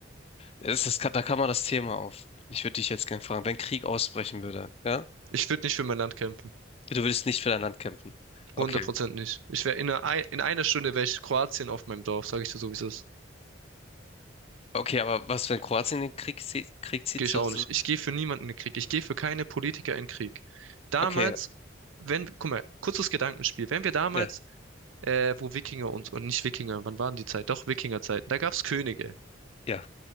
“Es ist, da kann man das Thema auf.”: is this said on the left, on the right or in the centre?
Left